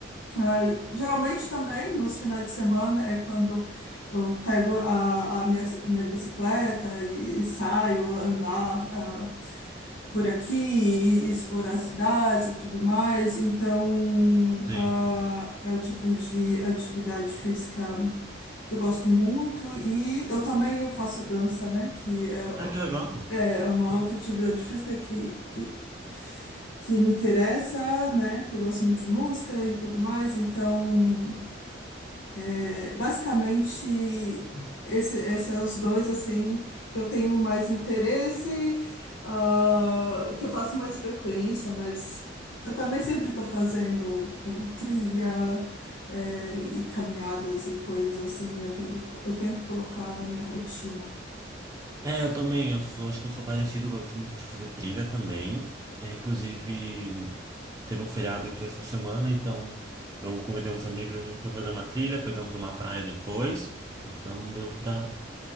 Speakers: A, on the left; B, on the right.
A: ah, geralmente também nos finais de semana é quando eu pego a, a minha, minha bicicleta e, e saio andar. ah, por aqui e, explorar cidades e tudo mais. Então,
B: sim.
A: ah, é o tipo de atividade física que eu gosto muito e eu também eu faço dança, né? Que
B: Ah, que legal.
A: é, é uma outra atividade física que, que, que me interessa, né? Que eu gosto muito de música e tudo mais. Então é, basicamente, esse, esses são os dois assim que eu tenho mais interesse, ah, que eu faço mais frequência, mas eu também sempre estou fazendo um, trilha, é, e caminhadas e coisas assim, eu tento, eu tento colocar na minha rotina.
B: É, eu também. Eu sou, acho que eu sou parecido. eu Gosto muito de fazer trilha também. É, inclusive. teve um feriado aqui essa semana, então eu convidei uns amigos, a gente foi fazer uma trilha, pegamos uma praia depois, então deu pra